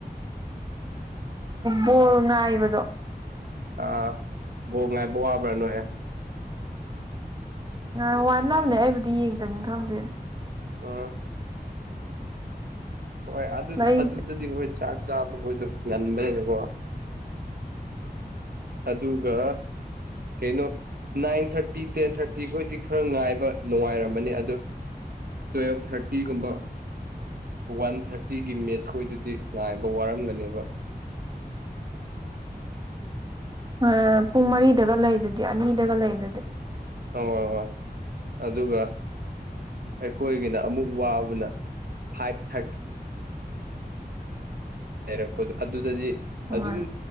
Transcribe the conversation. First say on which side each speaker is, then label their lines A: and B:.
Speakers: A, on the right; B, on the right.
A: ꯕꯣꯜ ꯉꯥꯏꯕꯗꯣ
B: ꯑꯥ ꯕꯣ ꯉꯥꯏꯕ ꯋꯥꯕ꯭ꯔꯥꯅꯣꯏ
A: ꯑ ꯋꯥꯅꯕꯅꯦ ꯑꯩꯕꯨꯗꯤ ꯌꯦꯡꯗꯕꯅꯤ ꯈꯪꯗꯦ
B: ꯑ ꯍꯣꯏ ꯑꯗꯨ
A: ꯑꯩꯁꯦ
B: ꯑꯗꯨꯗꯗꯤ ꯍꯣꯏ ꯆꯥꯛ ꯆꯥꯕ ꯑꯩꯈꯣꯏꯗꯣ ꯉꯟꯕꯅꯦꯀꯣ ꯑꯗꯨꯒꯒ ꯀꯩꯅꯣ ꯅꯟ ꯊꯔꯤ ꯐꯤꯇꯤ ꯇꯦꯟ ꯊꯥꯔꯇꯤꯈꯣꯏꯗꯤ ꯈꯔ ꯉꯥꯏꯕ ꯅꯨꯡꯉꯥꯏꯔꯝꯃꯅꯤ ꯑꯗꯨ ꯇꯨꯋꯦꯜꯐ ꯊꯥꯔꯇꯤꯒꯨꯝꯕ ꯋꯥꯟ ꯊꯥꯔꯇꯤꯒꯤ ꯃꯦꯠꯁ ꯈꯣꯏꯗꯨꯗꯤ ꯉꯥꯏꯕ ꯋꯥꯔꯝꯒꯅꯦꯕ
A: ꯑꯣ ꯄꯨꯡ ꯃꯔꯤꯗꯒ ꯂꯩꯗꯗꯤ ꯑꯅꯤꯗꯒ ꯂꯩꯗꯗꯤ
B: ꯍ ꯍ ꯍꯣꯏ ꯑꯗꯨꯒ ꯑꯩꯈꯣꯏꯒꯤꯅ ꯑꯃꯨꯛ ꯋꯥꯕꯅ ꯐꯥꯏꯚ ꯊꯥꯔꯇꯤ ꯂꯩꯔꯛꯄꯗꯣ ꯑꯗꯨꯗꯗꯤ
A: ꯍꯣꯏ
B: ꯑꯗꯨꯝ